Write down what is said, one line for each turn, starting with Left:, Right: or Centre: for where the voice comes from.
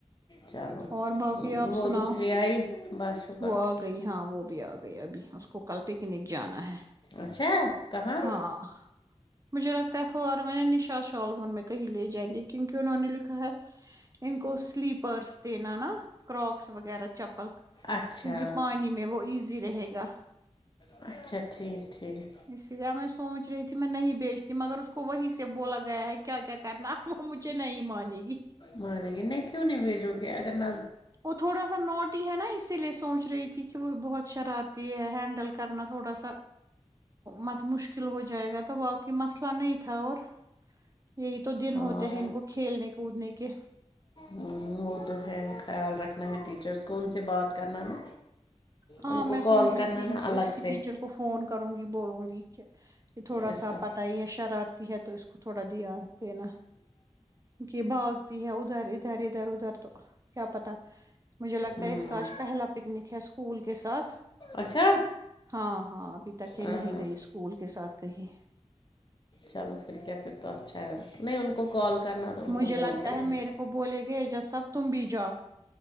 Left: چلو
Right: اور باقی آپ
Left: وہ
Right: سناؤ
Left: دوسری آئی بس شکر
Right: وہ آ گئی ہاں وہ بھی آ گئی ابھی اس کو کل پکنک جانا ہے
Left: اچھا کہاں
Right: ہاں مجھے لگتا ہے ہور میں نشا شالمن میں کہیں لے جائیں گے کیونکہ نے لکھا ہے ان کو سلیپر دینا نا کروکس وغیرہ چپل
Left: اچھا
Right: کیونکہ پانی میں وہ ایزی رہے گا
Left: اچھا ٹھیک ٹھیک
Right: اسی لیے ہمیں سوچ رہی تھی میں نہیں بیچتی مگر اس کو وہی سے بولا گیا ہے کیا کیا کرنا اب وہ مجھے نہیں مانے گی
Left: مانیں گ نہیں کیوں نہیں بیجو گ کرن
Right: وہ تھوڑا سا نوٹ ہی ہے نا اسی لیے سوچ رہی تھی کہ وہ بہت شرارتی ہے ہینڈل کرنا تھوڑا سا مت مشکل ہو جائے گا تو باقی مسئلہ نہیں تھا اور یہی تو دن
Left: ہاں
Right: ہوتے ہیں ان کو کھیلنے کودنے کے
Left: وہ تو ہے خیال رکھنا ہے ٹیچرس کون سے بات کرنا نا
Right: ہاں
Left: ان کو
Right: میں
Left: کال
Right: سوچ
Left: کرنا
Right: رہی تھی
Left: نا
Right: کہ
Left: الگ
Right: اس کی
Left: سے
Right: ٹیچر کو فون کروں گی بولوں گی کہ یہ تھوڑا
Left: اس
Right: سا
Left: کا
Right: پت ہی ہے شرارتی ہے تو اس کو تھوڑا دھیان دینا کی کہ بھاگتی ہے ادھر ادھر ادھر ادھر تو کیا پتا مجھے لگتا
Left: ہوں
Right: ہے اس کا آج پہلا پکنک ہے اس کو اسکول کے ساتھ
Left: اچھا
Right: ہاں ہاں ابھی تک یہ
Left: ہاں
Right: نہیں گئی اسکول کے ساتھ کہیں
Left: چلو پھر کیا پھر تو اچھا ہے نہیں ان کو کال کرنا تو ان
Right: مجھے
Left: کو بول
Right: لگتا
Left: کے رکھنا
Right: ہے میرے کو بولے گے ایجسب تم بھی جاؤ